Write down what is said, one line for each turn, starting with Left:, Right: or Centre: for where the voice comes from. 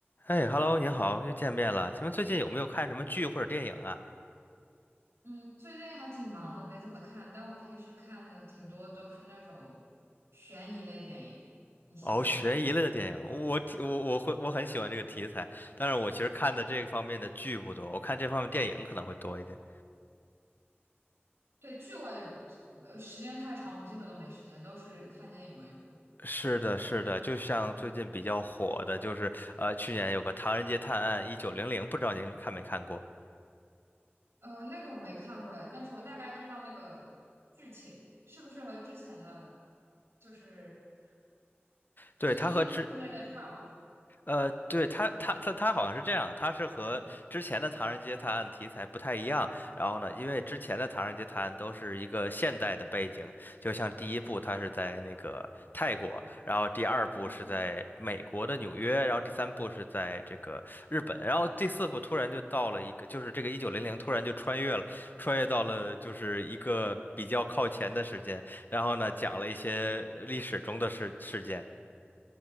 Left: 哎，Hello，您好，又见面了。请问最近有没有看什么剧或者电影啊？
Right: 嗯，最近还挺忙的，没怎么看，但我平时看的挺多都是那种悬疑类电影，你喜欢吗？
Left: 哦，悬疑类的电影，我我我会我很喜欢这个题材。但是我其实看的这方面的剧不多，我看这方面电影可能会多一点。
Right: 对，剧我也，呃时间太长，我基本都没时间，都是看电影为主。
Left: 是的，是的，就像最近比较火的，就是呃，去年有个《唐人街探案一九零零》，不知道您看没看过？
Right: 呃，那个我没看过哎，但是我大概知道那个剧情是不是和之前的，就是
Left: 对，
Right: 一之类的差不多。
Left: 它和之呃，对，他，他，他，他好像是这样，他是和之前的《唐人街探案》题材不太一样。然后呢，因为之前的《唐人街探案》都是一个现代的背景，就像第一部它是在那个泰国，然后第二部是在美国的纽约，
Right: 嗯，
Left: 然后第三部是在这个日本，然后第四部突然就到了一个，就是这个一九零零突然就穿越了，穿越到了就是一个比较靠前的时间，然后呢，讲了一些历史中的事事件。